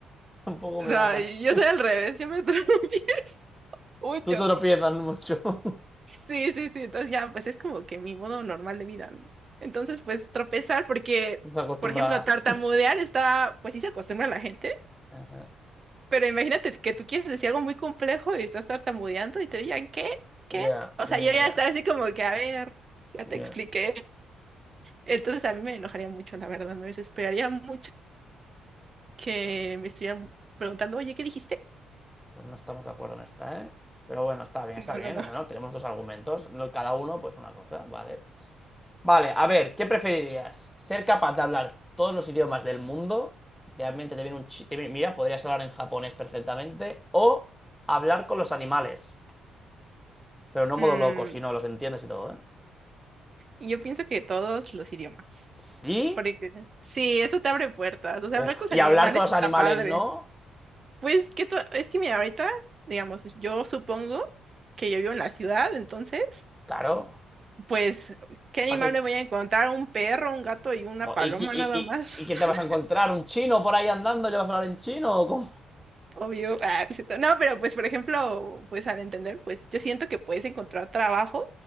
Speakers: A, in the centre; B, on the right (about 35°).
A: tampoco me
B: Ay,
A: mata.
B: yo soy al revés, yo me atropello <laughs> mucho.
A: Tú te tropiezas mucho. <laughs>
B: Sí, sí, sí, entonces ya, pues es como que mi modo normal de vida, ¿no? Entonces, pues tropezar, porque,
A: Estás acostumbrada.
B: por ejemplo, tartamudear está, pues sí se acostumbra a la gente,
A: Ajá.
B: pero imagínate que tú quieres decir algo muy complejo y estás tartamudeando y te digan, ¿qué? ¿Qué?
A: Ya,
B: O
A: ya,
B: sea, yo ya estaba así como que, a ver, ya te
A: ya.
B: expliqué. Entonces a mí me enojaría mucho, la verdad, me desesperaría mucho que
A: Bueno.
B: me estuvieran preguntando, oye, ¿qué dijiste?
A: Pues no estamos de acuerdo en esta, ¿eh? Pero bueno, está bien,
B: No,
A: está bien.
B: no, no.
A: Bueno, tenemos dos argumentos. no- Cada uno, pues una cosa, vale. Vale, a ver, ¿qué preferirías? ¿Ser capaz de hablar todos los idiomas del mundo? Realmente te viene un chi- Mira, podrías hablar en japonés perfectamente. O hablar con los animales. Pero no modo
B: Mm,
A: loco, sino los entiendes y todo, ¿eh?
B: Yo pienso que todos los idiomas.
A: ¿Sí?
B: Porque sí, eso te abre puertas. O sea,
A: Uf.
B: hablar con los
A: ¿Y
B: animales
A: hablar con los
B: está
A: animales
B: padre.
A: no?
B: Pues que tú- es que mira, ahorita, digamos, yo supongo que yo vivo en la ciudad, entonces,
A: Claro.
B: pues, ¿qué animal
A: ¿Para qué?
B: me voy a encontrar? Un perro, un gato y una paloma
A: ¿Y, y, y,
B: nada
A: y-
B: más.
A: y qué
B: <laughs>
A: te vas a encontrar? ¿Un chino por ahí andando y le vas a hablar en chino? ¿O cómo?
B: Obvio. Ah, no, es cierto. No, pero pues, por ejemplo, pues al entender, pues yo siento que puedes encontrar trabajos,